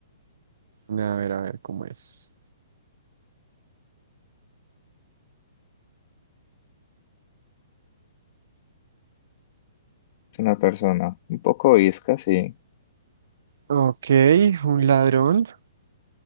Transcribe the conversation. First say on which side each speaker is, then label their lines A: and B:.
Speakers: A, on the right; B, on the left.
A: A ver, a ver cómo es.
B: Es una persona un poco isca, sí.
A: Ok, un ladrón.